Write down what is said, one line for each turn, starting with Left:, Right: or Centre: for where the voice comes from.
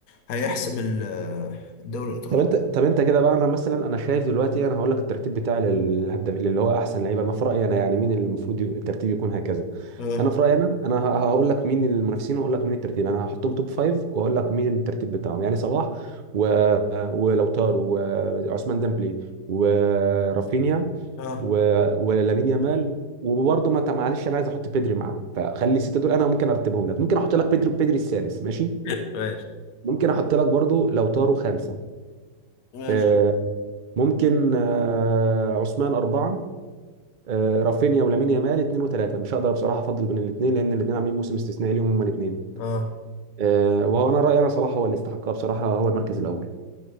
Left: هيحسم ال- آه، الدوري الايطالي
Right: طب انت طب انت كده بقى انا مثلا انا شايف دلوقتي انا هقول لك الترتيب بتاعي للهدف اللي هو احسن لعيبه انا في رايي انا يعني مين اللي المفروض يبقى- الترتيب يكون هكذا
Left: اه
Right: انا في رايي انا انا ه- هقول لك مين المنافسين واقول لك مين الترتيب انا هحطهم توب فايف واقول لك مين الترتيب بتاعهم يعني صلاح و... ولوتار وعثمان ديمبلي ورافينيا
Left: اه
Right: و... ولامين يامال وبرضه ما معلش انا عايز احط بيدري معاهم فخلي السته دول انا ممكن ارتبهم لك ممكن احط لك بيدري بيدري السادس ماشي
Left: <laughs> ماشي
Right: ممكن احط لك برضه لوتارو خامسه
Left: ماشي
Right: آه، ممكن آه، عثمان اربعه آه، رافينيا ولامين يامال اثنين وثلاثه مش هقدر بصراحه افضل بين الاثنين لان الاثنين عاملين موسم استثنائي ليهم هما الاثنين
Left: اه
Right: آه، وانا رايي انا صلاح هو اللي استحقها بصراحه هو المركز الاول